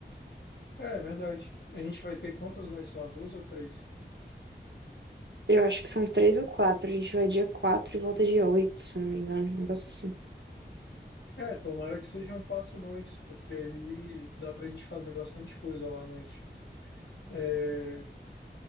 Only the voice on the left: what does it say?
É, é verdade. A gente vai ter quantas noites lá? Duas ou três?
É, tomara que sejam quatro noites, porque aí dá pra gente fazer bastante coisa lá à noite. É,